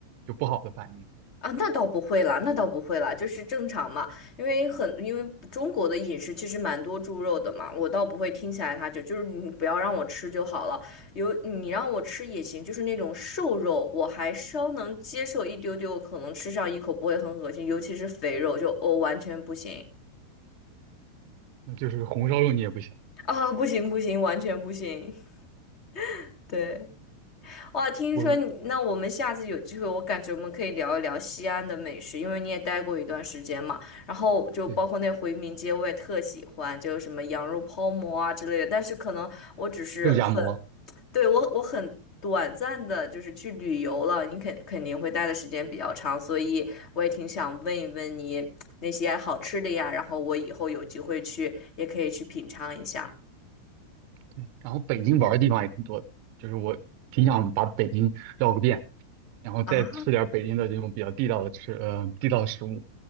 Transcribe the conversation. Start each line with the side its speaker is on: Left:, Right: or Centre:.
Right: 就不好的反应
Left: 啊，那倒不会啦，那倒不会啦，
Right: 啊？
Left: 就是正常嘛，因为很，因为中国的饮食其实蛮多猪肉的嘛，我倒不会听起来它就就是你不要让我吃就好了，有你让我吃也行，就是那种瘦肉我还稍能接受一丢丢，可能吃上一口不会很恶心，尤其是肥肉就我、哦完全不行
Right: 那就是红烧肉你也不行，
Left: 啊，不行不行，完全不行，<laughs> 对。哇，听说你，
Right: 我
Left: 那我们下次有机会，我感觉我们可以聊一聊西安的美食，因为你也待过一段时间嘛。然后就包括那回民街，
Right: 对
Left: 我也特喜欢，就是什么羊肉泡馍啊之类的。但是可能我只是很，
Right: 肉夹馍，
Left: 对，我我很短暂的，就是去旅游了，你肯肯定会待的时间比较长，所以我也挺想问一问你那些好吃的呀，然后我以后有机会去也可以去品尝一下。
Right: 对，然后北京玩儿的地方也挺多的，就是我挺想把北京绕个遍。然后再吃点儿北京的这种比较地道的吃，
Left: 啊，
Right: 呃，地道的食物，